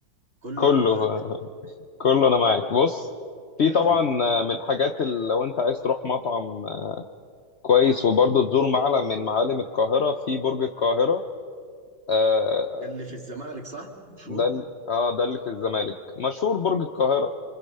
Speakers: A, on the right; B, on the left.
A: كله
B: كله
A: انا معك
B: كله انا معاك بص في
A: آه،
B: طبعا من الحاجات اللي لو انت عايز تروح مطعم كويس وبرضه تزور معلم من معالم القاهرة في برج القاهرة آه
A: ده اللي في الزمالك صح المفروض
B: ده ال- اه ده اللي في الزمالك مشهور برج القاهرة